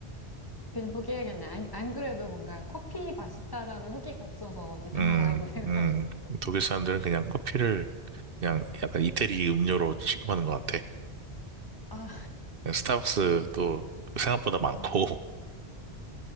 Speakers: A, on the left (about 20°); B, on the right (about 60°).
A: 그냥 포기해야겠네. 안, 안 그래도 뭔가 커피 맛있다라는 후기가 없어서 이상하다고
B: 음,
A: <laughs> 생각하고
B: 음,
A: 있었거든.
B: 독일 사람들은 그냥 커피를 그냥 약간 이태리 음료로 취급하는 것 같아.
A: 아,
B: 스타벅스도 생각보다 많고
A: 음.
B: <laughs>